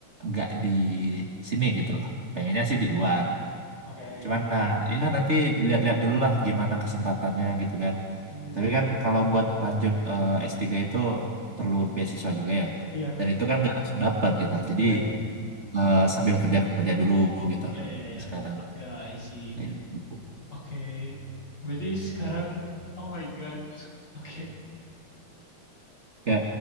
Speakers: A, on the right; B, on the left.
A: nggak di sini gitu loh. Pengennya sih di luar.
B: Oke,
A: Cuman
B: iya.
A: nah, ya nanti lihat-lihat dulu lah gimana kesempatannya gitu kan.
B: Hmm,
A: Tapi kan kalau buat lanjut eh, S3 itu perlu beasiswa juga ya.
B: iya,
A: Dan itu kan nggak langsung dapat gitu. Jadi
B: iya.
A: eh, sambil kerja-kerja dulu gitu
B: iya iya iya
A: sekarang.
B: Ya, I see.
A: Kayak gitu.
B: Oke. Berarti sekarang oh my God. <laughs> Oke.
A: Ya,